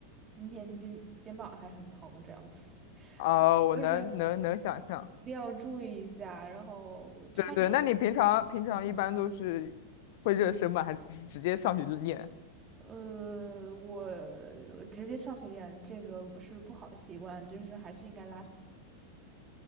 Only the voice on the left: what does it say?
啊，
我能能能想象。
对对，那你平常平常一般都是会热身吗？还是直接上去就练？